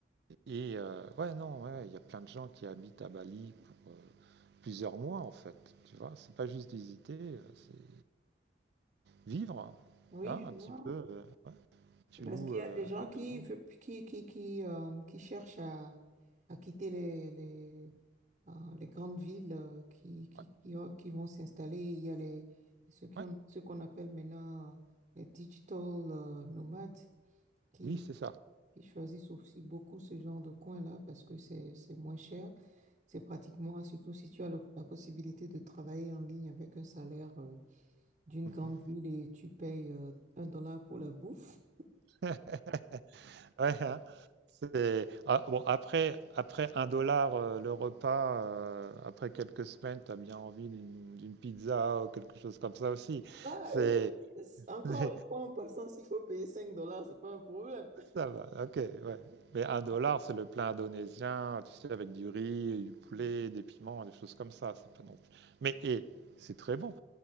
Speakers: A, on the right; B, on the right.
A: et euh, ouais, non, ouais, il y a plein de gens qui habitent à Bali pour, euh, plusieurs mois en fait. Tu vois, c'est pas juste visiter, c'est vivre
B: Oui,
A: hein, un
B: je
A: petit
B: vois.
A: peu. euh, ouais. Tu
B: Parce
A: loues
B: qu'il
A: euh,
B: y a des gens
A: une
B: qui,
A: maison.
B: veut- qui, qui, qui, euh, qui cherchent à, à quitter les, les, euh, les grandes villes euh, qui, qui,
A: Ouais,
B: qui, ont- qui vont s'installer. Il y a les, ceux qui
A: ouais,
B: ont, ceux qu'on appelle maintenant euh, les digital euh, nomades qui,
A: oui, c'est ça.
B: qui choisissent aussi beaucoup ce genre de coin-là parce que c'est, c'est moins cher. C'est pratiquement, surtout si tu as le- la possibilité de travailler en ligne avec un salaire euh, d'une
A: Mhm.
B: grande ville et tu payes euh, un dollar pour la bouffe.
A: <laughs> Ouais, hein. C'est- ah, bon, après, après un dollar euh, le repas, euh, après quelques semaines, tu as bien envie d'une d'une pizza ou quelque chose comme ça aussi.
B: Ah
A: C'est
B: oui, c'est- encore
A: <laughs>
B: une fois, en passant, s'il faut payer 5 dollars, c'est pas un problème.
A: Ça va, OK, ouais. Mais
B: <laughs>
A: un
B: Mhm.
A: dollar, c'est le plein indonésien, tu sais, avec du riz, du poulet,
B: mhm,
A: des piments, des choses comme ça. C'est pas
B: mhm.
A: non plus. Mais et c'est très bon.